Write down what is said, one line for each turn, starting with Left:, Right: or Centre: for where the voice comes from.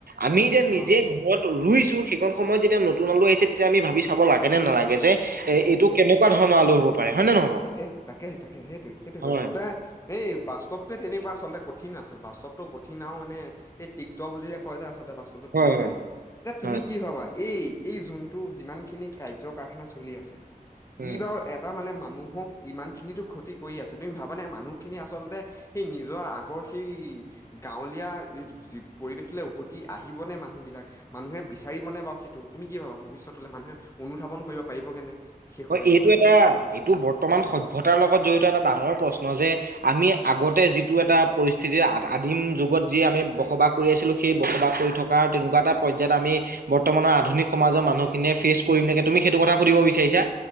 Right: আমি যে
Left: অ
Right: নিজে ঘৰত ৰুইছো সেইখন সময়ত যেতিয়া নতুন আলু আহিছে তেতিয়া আমি ভাবি চাব লাগে নে নালাগে যে এ
Left: লাগে
Right: এইটো
Left: ন
Right: কেনেকুৱা ধৰণৰ আলো হ'ব পাৰে হয় নে নহয় বাৰু?
Left: তাকে তাকে তাকে সেইটোয়ে সেইটোয়ে
Right: হয়
Left: আচলতে সেই বাস্তৱটোৱে তেনেকুৱা আচলতে কঠিন আছ বাছ চৱতটো কঠিন আও মানে এই টিক ত বুলি যে আছ লতে বাস্তৱটো
Right: হয়
Left: তেনেকুৱাই
Right: হয়
Left: মানে এ তুমি
Right: হয়
Left: কি ভাবা এই এই যোনটো যিমান খিনি কাৰ্য কাৰখানা চলি আছে
Right: উম
Left: ই বাৰু এটা মানে মানুহ হওক ইমানখিনিতো ক্ষতি কৰি আছে তুমি ভাবানে মানুহখিনি আচলতে সেই নিজৰ আগৰ সেই গাঁৱলীয়া যি পৰিৱেশলৈ উভতি আহিবনে মানুহ বিলাক মানুহে বিচাৰিবনে বাও সেই টো তুমি কি ভাবা ভৱিষ্যতলে মানুহে অনুধাৱন কৰিব পাৰিবগে নে শেষলে
Right: হয় এইটো
Left: নিজৰ
Right: এটা এইটো বত ৰ্তমান সভ্যতাৰ লগত জড়িত এটা ডাঙৰ প্ৰশ্ন যে আমি আগতে যিটো এটা পৰিস্থিতিৰ আত আত আদিম যুগত যি আমি বসবাস কৰি আছিলোঁ সেই বসবাস কৰি থকাৰ আৰু তেনেকুৱা এটা পৰ্যায়ত আমি বৰ্তমানৰ আধুনি সমাজৰ মানুহখিনি ফেচ কৰিমে তুমি সেইটো কথা সুধিব বিচাৰিছা?